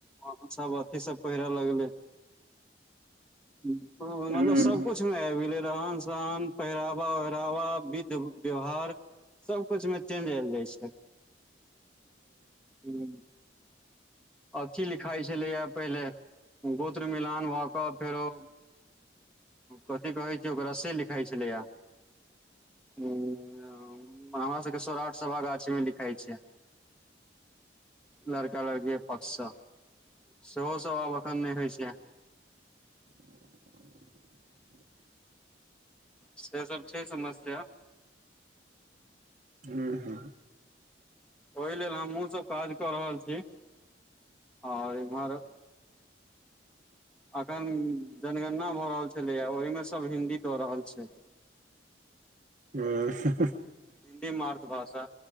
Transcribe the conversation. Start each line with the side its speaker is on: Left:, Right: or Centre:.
Centre: आब सब अथि सब पहिरे लगले। मतलब
Right: हूँ
Centre: सबकुछ मे आबि गेलै रहन सहन पहिराव रवा विध व्यवहार सब कुछ में चेंज आल जाइ छैय। हु। अथी लिखाइत छलैया पहिले गोत्र मिलान भऽ कऽ फेरो कथी कहैत छैय ओकरा से लिखाइ छलैया, उम्म। ह्म्म हमरा सबके सौराठ साभा गाछी मे लिखाइ छैय। लड़का लड़की के पक्षसँ सेहोसँभ आब एखन नहि होइ छैय। से सब छैय समस्या।
Right: हु हु।
Centre: ओहि लेल हमहुँ सब काज कऽ रहल छी और इम्हर अखन जनगणना भऽ रहल छलै या ओहिमे सब हिन्दी दऽ रहल छैय।
Right: हुँ उ हुँ
Centre: हिन्दी मातृभाषा